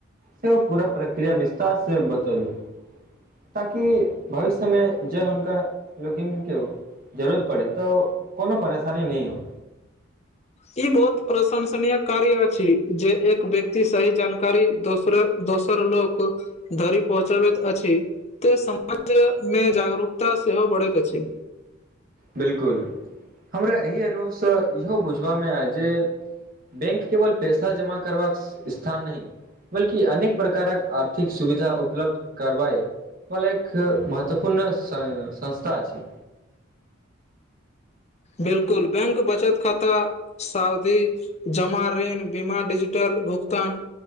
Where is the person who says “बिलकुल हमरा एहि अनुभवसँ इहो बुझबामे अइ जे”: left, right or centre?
Right